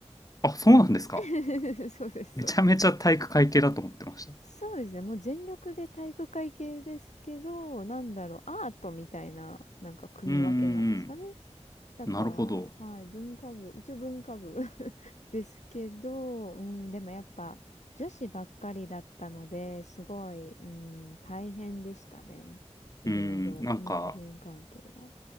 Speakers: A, on the left (about 30°); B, on the left (about 85°).
A: あ、そうなんですか。
B: <laughs> そうです、
A: めちゃめちゃ体育会系だと思ってました。
B: そうです。そうですね。もう全力で体育会系ですけど、なんだろう、アートみたいな、なんか組み分けなんですかね。
A: うんうん
B: だから、
A: うん。なるほど。
B: はい、文化部、一応文化部 <laughs> ですけど、うん、でもやっぱ女子ばっかりだったので、すごい、うん、大変でしたね。いろいろ、
A: うん、なんか、
B: 人間関係が。